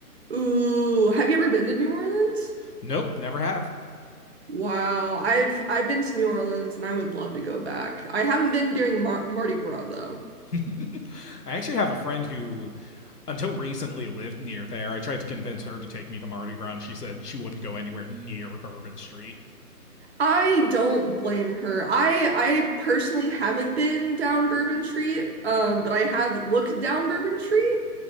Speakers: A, on the right; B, on the left.
A: Ooh, have you ever been to New Orleans?
B: Nope, never have.
A: Wow, I've I've been to New Orleans and I would love to go back. I haven't been during Mar Mardi Gras though.
B: <laughs> I actually have a friend who, until recently, lived near there. I tried to convince her to take me to Mardi Gras, and she said she wouldn't go anywhere near Bourbon Street.
A: I don't blame her. I I personally haven't been down Bourbon Street, um, but I have looked down Bourbon Street.